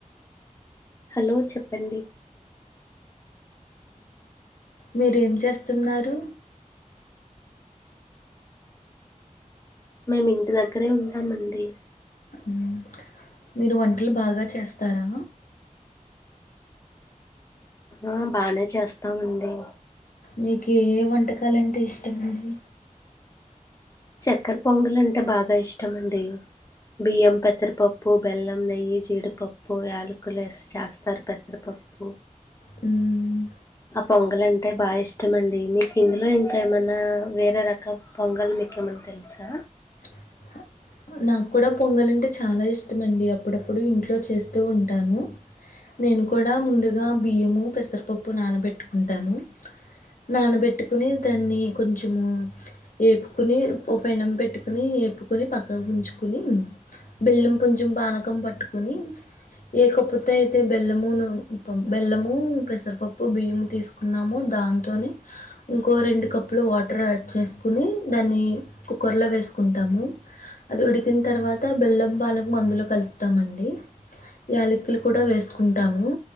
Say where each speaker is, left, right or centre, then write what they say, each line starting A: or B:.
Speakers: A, on the left; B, on the left.
A: హలో చెప్పండి
B: మీరేం చేస్తున్నారు
A: మేము ఇంటి దగ్గరే ఉంటామండి
B: ఊ మీరు వంటలు బాగా చేస్తారా.
A: ఆ బాగనే చేస్తామండి.
B: మీకు ఏ వంటకాలంటే ఇష్టం అండి.
A: చక్కర పొంగల్ అంటే బాగా ఇష్టం అండి. బియ్యం, పెసరపప్పు, బెల్లం నెయ్యి, జీడిపప్పు, యాలకులు ఏసీ చేస్తారు పెసరపప్పు.
B: హ్మ్
A: ఆ పొంగల్ అంటే బాగా ఇష్టం అండి. మీకు ఇందులో ఇంకా ఏమన్నా వేరే రకం పొంగల్ మీకేమన్న తెలుసా.
B: <inaudible> నాక్కూడా పొంగల్ అంటే చాలా ఇష్టం అండి. అప్పుడప్పుడు ఇంట్లో చేస్తూ ఉంటాను. నేను కూడా ముందుగా బియ్యమూ, పెసరపప్పు నానబెట్టుకుంటాను. నానబెట్టుకుని దాన్ని కొంచమూ, ఏపుకునీ ఓ పెనం పెట్టుకునీ పుకుని పక్కకు ఉంచుకుని, బెల్లం కొంచెం పానకం పట్టుకొని లేకపోతే అయితే బెల్లమును, బెల్లమూ, పెసరపప్పు బియ్యము తీసుకున్నామొ దాన్ దాంతోని ఇంకో రెండు కప్పులు వాటర్ యాడ్ చేసుకునీ దాన్ని కుక్కర్లో వేసుకుం టాము. అది ఉడికిన్ తర్వాత బెల్లం పానకం అందులో కలుపుతామండి. యాలకులు కూడా వేసుకుంటాము,